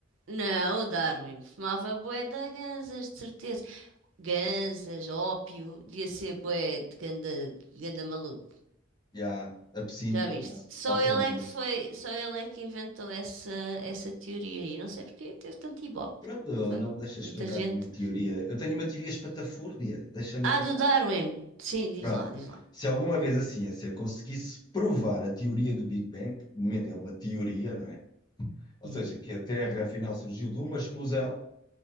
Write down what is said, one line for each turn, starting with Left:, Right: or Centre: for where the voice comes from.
Right: não, o Darwin fumava bué de ganzas, de certeza. Ganzas, ópio, devia ser bué de ganda, ganda maluco.
Left: Já, absinto,
Right: Já
Left: palhaço,
Right: viste? Só
Left: ao pequeno
Right: ele
Left: almoço.
Right: é que foi, só ele é que inventou essa, essa teoria aí. Não sei porque teve tanto ibope.
Left: Pronto,
Right: Foi
Left: não me deixas
Right: muita
Left: explicar
Right: gente.
Left: a minha teoria. Eu tenho uma teoria espatafúrdia, deixa-me
Right: Ah,
Left: acabar.
Right: do Darwin. Sim, diz
Left: Pronto,
Right: lá, diz lá.
Left: se alguma vez a ciência conseguisse provar a teoria do Big Bang, que de momento é uma teoria, não é? Ou
Right: Uhum.
Left: seja, que a Terra afinal surgiu de uma explosão